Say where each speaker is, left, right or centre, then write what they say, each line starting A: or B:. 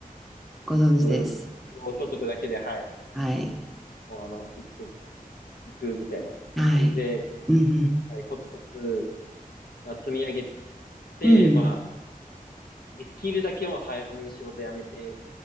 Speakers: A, in the centre; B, on the left.
A: ご存知です。
B: オブ、ご所得だけで、はい、
A: はい。
B: もうあの、生きていくみたいな感じで、
A: はい。うん、
B: はい、コツコツまあ、積み上げて、
A: うん、
B: まあ、できるだけもう早めに仕事辞めて、